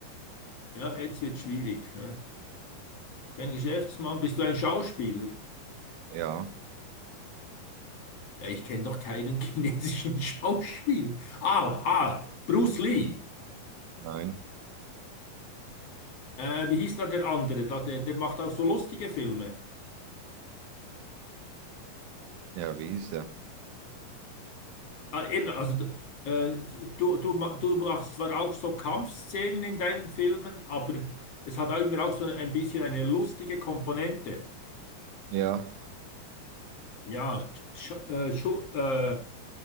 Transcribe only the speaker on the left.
Ja, jetzt wird schwierig. Ja. Kein Geschäftsmann. Bist du ein Schauspieler?
Ja, ich kenne doch keinen <laughs> chinesischen Schauspieler. Ah, ah, Bruce Lee.
Äh, wie hieß da der andere? Da, der, der macht auch so lustige Filme.
Ah, eben, also äh, du, du, ma- du machst zwar auch so Kampfszenen in deinen Filmen, aber es hat auch immer auch so ein bisschen eine lustige Komponente.
Ja, Sch äh, Schu äh,